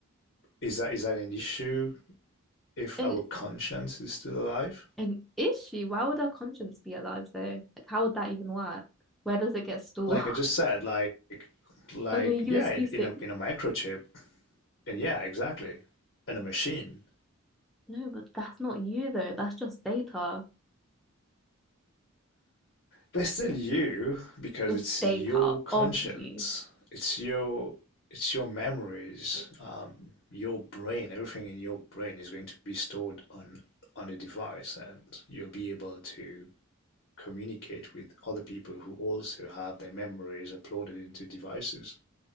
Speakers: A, on the left (about 50°); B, in the centre.
A: is that is that an issue if
B: An
A: our conscience is still alive?
B: an issue. Why would our conscience be alive though? Like how would that even work? Where does it get stored?
A: Like I just said, like
B: <laughs>
A: like
B: On a USB
A: yeah, in,
B: stick.
A: in a in a microchip, and yeah, exactly, in a machine.
B: No, but that's not you though. That's just data.
A: but it's still you because
B: it's
A: it's
B: data
A: your conscience
B: of you.
A: it's your it's your memories um, your brain everything in your brain is going to be stored on on a device and you'll be able to communicate with other people who also have their memories uploaded into devices